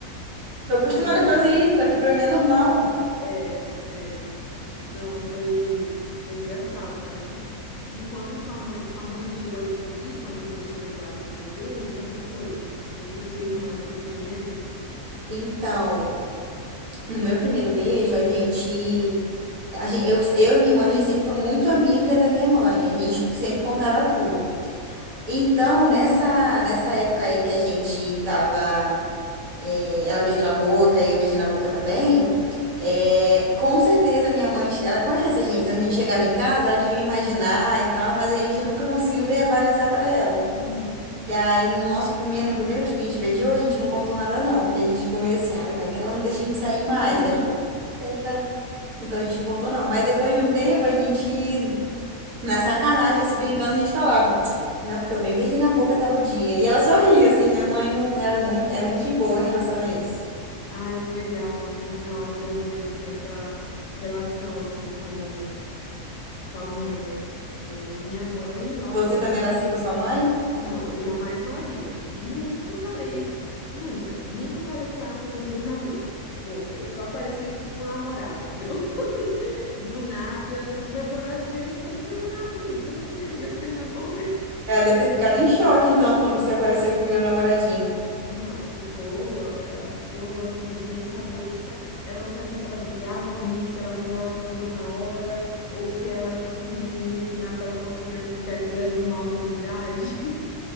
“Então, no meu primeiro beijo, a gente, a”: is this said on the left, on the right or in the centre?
Right